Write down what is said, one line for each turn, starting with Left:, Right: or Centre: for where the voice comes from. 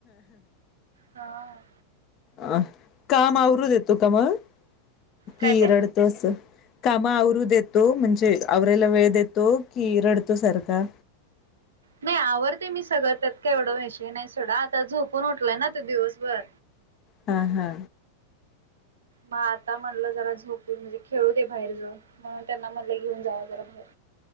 Right: हा.
Left: अ काम आवरू देतो का मग किरडतो
Right: काय ते
Left: अस. कामा आवरू देतो म्हणजे आवरायला वेळ देतो की रडतो सारखा.
Right: नाही आवरते मी सगळ त्यात का एवढा विषय नाही सोडा आता झोपून उठलाय ना तो दिवसभर.
Left: हा हा.
Right: मग आता म्हणलं जरा झोपून म्हणजे खेळू दे बाहेर जाऊन म्हणून त्यांना म्हणल घेऊन जा जरा बाहेर.